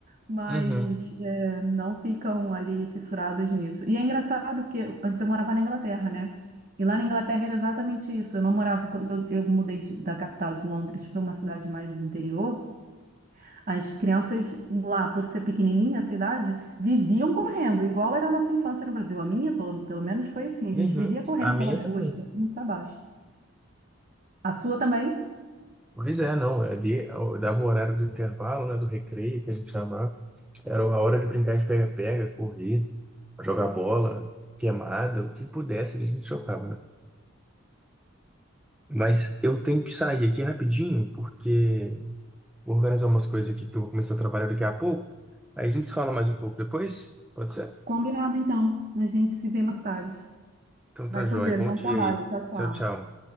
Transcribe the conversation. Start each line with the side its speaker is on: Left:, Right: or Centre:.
Right: mas
Centre: uhum,
Right: é, não ficam ali fissurados nisso. E é engraçado, porque antes eu morava na Inglaterra, né? E lá na Inglaterra era exatamente isso. Eu não morava, quando eu, eu mudei de- da capital de Londres para uma cidade mais do interior. As crianças lá, por ser pequenininha a cidade, viviam correndo, igual era a nossa infância no Brasil. A minha, pelo, pelo menos, foi assim. A
Centre: uhum.
Right: gente vivia correndo
Centre: A minha
Right: pelas
Centre: também.
Right: ruas, para cima e para baixo. A sua também?
Centre: Pois é, não. é Ali eu dava o horário do intervalo, né? Do recreio, que a gente chamava. Era a hora de brincar de pega-pega, correr, jogar bola, queimada, o que pudesse, a gente jogava, né? Mas eu tenho que sair aqui rapidinho, porque vou organizar umas coisas aqui, porque eu vou começar a trabalhar daqui a pouco. Aí a gente se fala mais um pouco depois? Pode ser?
Right: Combinado, então. A gente se vê mais tarde.
Centre: Então
Right: Vai
Centre: tá joia.
Right: com Deus.
Centre: Bom
Right: Bom
Centre: dia
Right: trabalho.
Centre: aí.
Right: Tchau, tchau.
Centre: Tchau, tchau.